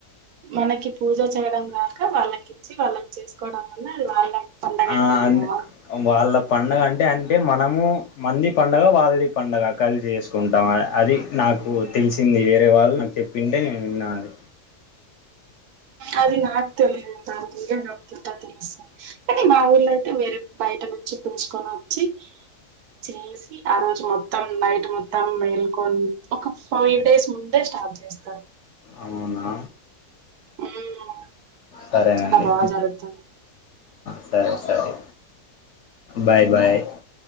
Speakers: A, on the right; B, on the left.
A: మనకి పూజ చేయడం రాకా వాళ్ళకి ఇచ్చి వాళ్ళని చేసుకోవడం వల్ల అది వాళ్ళ పండగ
B: ఆ
A: అయిపోయిందా
B: అ వాళ్ళ పండగ అంటే అంటే మనము మంది పండగ వాళ్ళది పంండగ కలిసి చేసుకుంటాం అది నా నాకు తెలిసింది వేరే వాళ్ళు నాకు చెప్పింటే నేను విన్నాది
A: అదిన్ నాకుతేలు ఏతుద కానీ మా ఊళ్ళయితే వేరే బయట నుంచి పుంచుకొని వచ్చి చేసి ఆ రోజు మొత్తం నైట్ మొత్తం వెెల్కొని ఒక ఫైవ్ డేస్ ముందే స్టార్ చేస్తారు
B: అవునా
A: మ్మ్
B: సరేనండి
A: చాలా బాగా జరుగుతాది
B: సరే సరే బాయ్ బాయ్